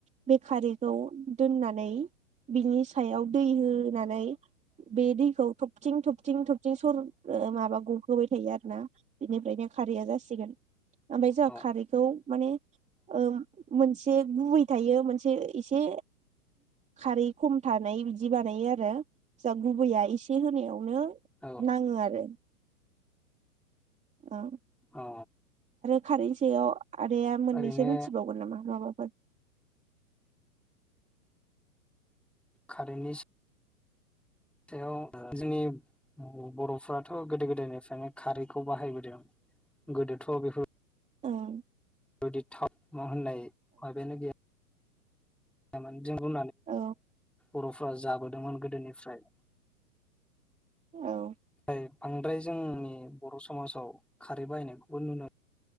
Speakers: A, on the right (about 15°); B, in the centre.
A: बे खारैखौ दोननानै बिनि सायाव दै होनानै बे दैखौ थब थिं थबथिं थब थिं सर माबा ग होबाय थायो आरोना बेनिफ्रायनो खारैया जासिगोन। ओमफ्राय जोंहा
B: औ
A: खारैखौ माने ओम। मोन ए गुबै थायो मोनसे एसे खारै खम थानाय बिदि बानायो आरो। जा गुबैया एसे होनायावनो
B: औ
A: नाङो आरो। ओं।
B: औ।
A: खारैनि सायाव आदाया मोननैसो
B: ओरैनो
A: मिथिबावगोन नामा माबाफोर?
B: खारैनि सायाव जोंनि औ बर'फ्राथ ओ गोदो गोदायनिफ्रायनो खारैखौ बाहायबोदों गोदोथ' बेफोर
A: ओम।
B: <unintelligible> होननाय। <unintelligible> <unintelligible> <unintelligible> जोङो।
A: औ
B: बरफ्रा जाबोदोंमोन गोदोनिफ्राय।
A: औ।
B: ओमफ्राय बांद्राय जोंनि बर' समाजाव खारै बाहायनायखौबो नुनो